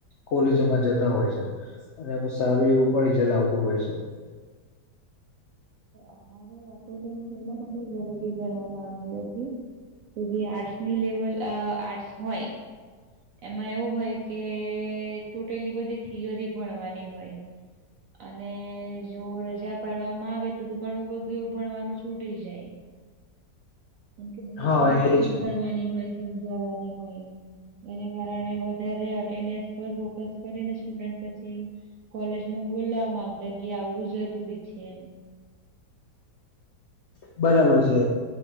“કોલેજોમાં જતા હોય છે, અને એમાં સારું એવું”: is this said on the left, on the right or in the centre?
Left